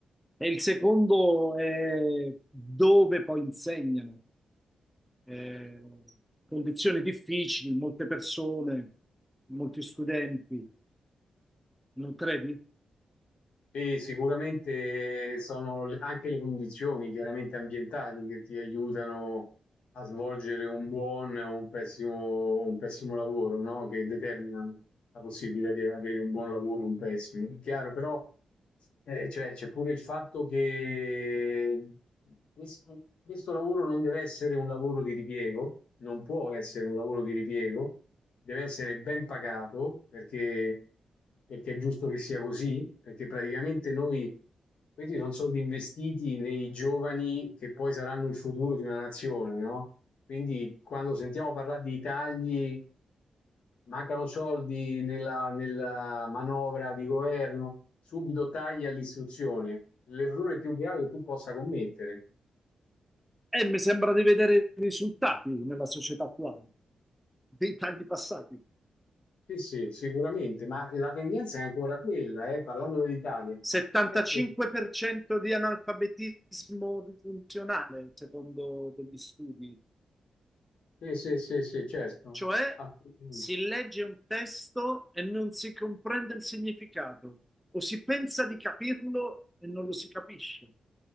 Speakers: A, in the centre; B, on the left.
A: e il secondo è dove poi insegnano. Eh, condizioni difficili, molte persone, molti studenti, non credi?
B: E sicuramente sono le- anche le condizioni chiaramente ambientali che ti aiutano a svolgere un buon o un pessimo, un pessimo lavoro, no? Che determinano la possibilità di avere un buon lavoro o un pessimo. È chiaro, però eh, cioè, c'è pure il fatto che questo questo lavoro non deve essere un lavoro di ripiego, non può essere un lavoro di ripiego deve essere ben pagato perché, perché è giusto che sia così, perché praticamente noi, questi sono soldi investiti nei giovani che poi saranno il futuro di una nazione, no? Quindi quando sentiamo parlare di tagli, mancano soldi nella, nella manovra di governo, subito tagli all'istruzione, l'errore più grave che tu possa commettere.
A: E mi sembra di vedere i risultati nella società attuale, dei tagli passati.
B: Sì, sì, sicuramente, ma la tendenza è ancora quella, eh, parlando dell'Italia.
A: 75%
B: Ecco,
A: di analfabetismo funzionale, secondo degli studi,
B: Sì, sì, sì, sì, certo,
A: cioè
B: assolutamente.
A: si legge un testo e non si comprende il significato, o si pensa di capirlo e non lo si capisce.